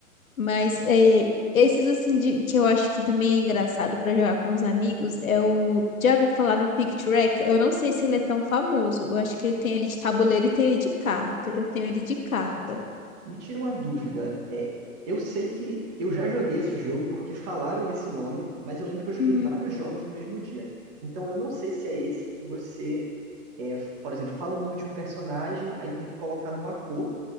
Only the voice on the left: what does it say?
Mas
é, esses assim de- que eu acho que também é engraçado pra jogar com os amigos é o. Já ouviu falar no Pictureka? Eu não sei se ele é tão famoso. Eu acho que ele tem ele de tabuleiro e tem ele de carta. Eu tenho ele de carta.
Hum,